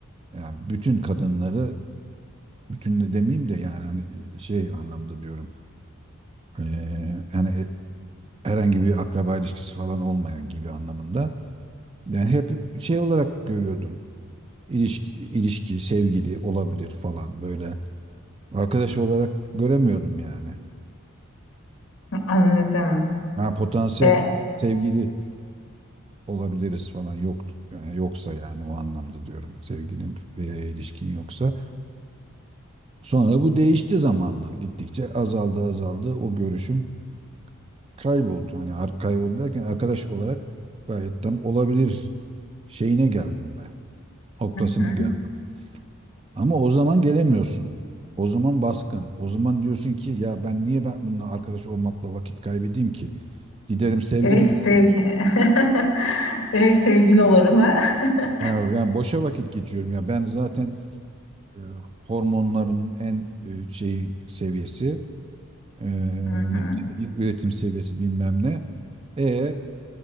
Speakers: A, on the right; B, on the left.
A: Yani bütün kadınları bütün de demeyeyim de yani hani e, şey anlamda diyorum. Eee, yani e- herhangi bir akraba ilişkisi falan olmayan gibi anlamında. Yani hep şey olarak görüyordum. İlişki, ilişki, sevgili olabilir falan böyle. Arkadaş olarak göremiyordum yani.
B: Anladım.
A: Ha, potansiyel
B: E,
A: sevgili olabiliriz falan yok yani yoksa yani o anlamda diyorum. Sevginin eee, ilişkin yoksa. Sonra bu değişti zamanla. Gittikçe azaldı azaldı o görüşüm kayboldu. Hani ar- kayboldu derken arkadaş olarak gayet tam olabilir şeyine geldim ben. Noktasına
B: Hı.
A: geldim. Ama o zaman gelemiyorsun. O zaman baskın. O zaman diyorsun ki ya ben niye ben bununla arkadaş olmakla vakit kaybedeyim ki? Giderim sevgili
B: direkt
A: bu.
B: sevgi <laughs> direkt sevgili olurum ha. <laughs>
A: Yani boşa vakit geçiyorum ya. Ben zaten e, hormonlarımın en e, şey seviyesi e,
B: Hı hı.
A: ne, diyeyim, üretim seviyesi bilmem ne. E